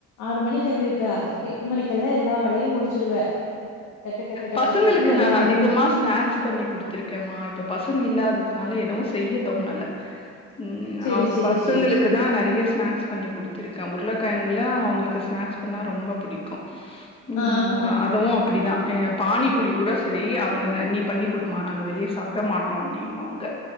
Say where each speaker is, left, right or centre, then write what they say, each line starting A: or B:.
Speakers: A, on the left; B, on the left.
A: ஆறு மணிக்கு எந்திருப்ப எட்டு மணிக்கல்லா எல்லா வேலையு முடிச்சிருவ டக்கு டக்கு டக்கு
B: பசங்களுக்கு
A: டக்குன்னு எல்லா
B: நானு
A: வேலையும்
B: அதிகமா ஸ்நாக்ஸ் பண்ணி குடுடத்திருக்கேமா இப்ப பசங்க இல்லாததுனால எதுவு செய்ய தோணல ம்
A: சரி
B: அவுங்க
A: சரி
B: பசங்களுக்கு
A: சரி சரி.
B: தா நெறையா ஸ்நாக்ஸ் பண்ணி குடுத் ச்சிருக்கே உருளைக்கெழங்குல அவுங்களுக்கு ஸ்நாக்ஸ் பண்ணா ரொம்ப பிடிக்கு இங்கவு
A: ஆஹ.
B: அப்டிதா ஏங்க பானிபுரி கூட செரி அவுங்க ந நீ பண்ணி் குடுமா நாங்க வெளிய சாப்ட மாட் அப்டினுவாங்க